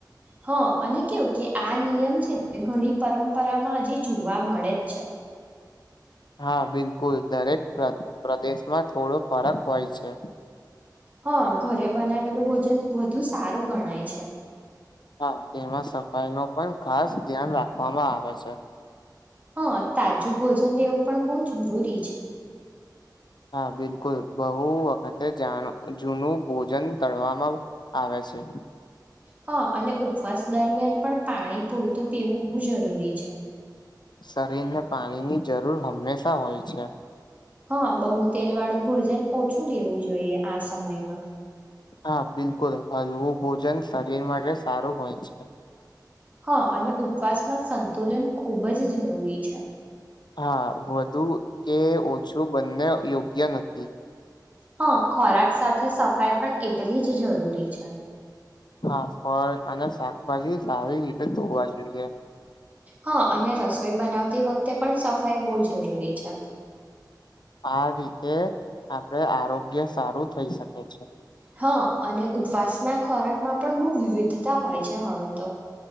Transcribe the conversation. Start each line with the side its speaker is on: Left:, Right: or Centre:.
Right: હા અને કેવું કે આ નિયમ છે ને ઘણી પરંપરામાં હજી જોવા મળે જ છે
Left: હા બિલકુલ દરેક પ્ર પ્રદેશમાં થોડો ફરક હોય છે
Right: હા ઘરે બનાવેલું ભોજન વધુ સારું ગણાય છે
Left: હા તેમાં સફાઈનો પણ ખાસ ધ્યાન રાખવામાં આવે છે
Right: હા તાજું ભોજન લેવું પણ બહુ જરૂરી છે
Left: હા બિલકુલ બહુ વખતે જાણ જૂનું ભોજન તડવામાં આવે છે
Right: હા અને ઉપવાસ દરમિયાન પણ પાણી પૂરતું પીવું બહુ જરૂરી છે
Left: શરીર ને પાણીની જરૂર હંમેશા હોય છે
Right: હા બહુ તેલ વાળું ભોજન ઓછું લેવું જોઈએ આ સમયમાં.
Left: હા બિલકુલ હલવું ભોજન શરીર માટે સારું હોય છે.
Right: હા અને ઉપવાસમાં સંતુલન ખૂબ જ જરૂરી છે.
Left: હા વધુ કે ઓછું બંને યોગ્ય નથી.
Right: હા ખોરાક સાથે સફાઈ પણ એટલી જ જરૂરી છે.
Left: હા ફળ અને શાકભાજી સારી રીતે ધોવા જોઈએ.
Right: હા અને રસોઈ બનાવતી વખતે પણ સફાઈ બહુ જરૂરી છે.
Left: આ રીતે આપણે આરોગ્ય સારું થઈ શકે છે.
Right: હા અને ઉપવાસના ખોરાકમાં પણ બહુ વિવિધતા હોય છે હવે તો.